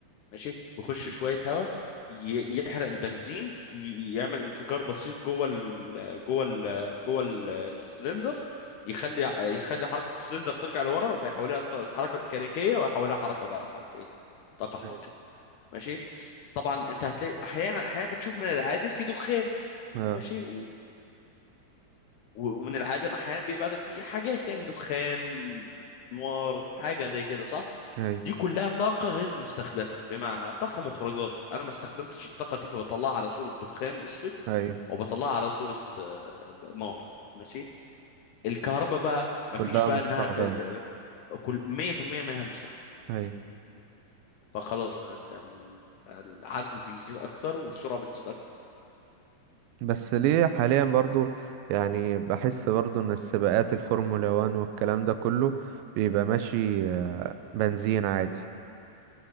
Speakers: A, on the left; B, on the right.
A: ماشي بيخش
B: مم.
A: شويه هواء ي... يحرق البنزين ي... يعمل انفجار بسيط جوه ال... جوه ال... جوه ال- السلندر يخلي يخلي حركه السلندر ترجع لورا فيحولها ط- حركه ميكانيكيه ويحولها حركه بقى حركه ايه طاقه حركيه
B: ايوه
A: ماشي طبعا انت هتلاقي احيانا احيانا بتشوف من العادم في دخان
B: آه،
A: ماشي و- ومن العدم احيانا بيبقى في حاجات يعني دخان نار حاجه زي كده صح
B: ايوه
A: دي كلها طاقه غير مستخدمه بمعنى طاقه مخرجات انا ما استخدمتش الطاقه دي فبطلعها على صوره دخان اسود
B: ايو
A: او بطلعها على صوره آه، نار ماشي الكهرباء بقى ما
B: كلها
A: فيش بقى
B: مستخدمة
A: انها ب... ب... كل 100% منها مستخدم
B: ايوه
A: فخلاص بقى انت م- فالعزم بيزيد اكتر والسرعه بتزيد اكتر
B: بس ليه حاليا برضو يعني بحس برضو ان السباقات الفورمولا 1 والكلام ده كله بيبقى ماشي آه، بنزين عادي